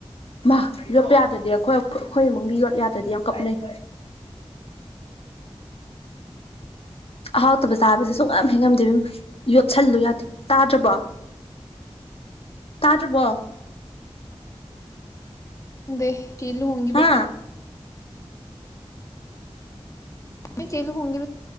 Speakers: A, on the left (about 60°); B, on the left (about 30°).
A: ꯃꯥ ꯌꯣꯠꯄ ꯌꯥꯗꯦ ꯗꯤ ꯑꯩꯈꯣꯏ ꯑꯩꯈꯣꯏ ꯏꯃꯨꯡꯗꯤ ꯌꯣꯠ ꯌꯥꯗ꯭ꯔꯗꯤ ꯌꯥꯝ ꯀꯥꯞꯅꯩ ꯑꯍꯥꯎꯇꯕ ꯆꯥꯕꯁꯦ ꯁꯨꯡ ꯌꯥꯝ ꯍꯦꯟꯉꯝꯗꯦꯕ ꯌꯣꯠꯁꯜꯂꯨ ꯇꯥꯗ꯭ꯔꯕꯣ ꯇꯥꯗ꯭ꯔꯕꯣ
B: ꯗ ꯆꯤꯂꯨ ꯍꯣꯡꯒꯤ
A: ꯍꯥ
B: ꯁꯤ ꯆ ꯆꯩ ꯂꯨ ꯍꯣꯡꯒꯦ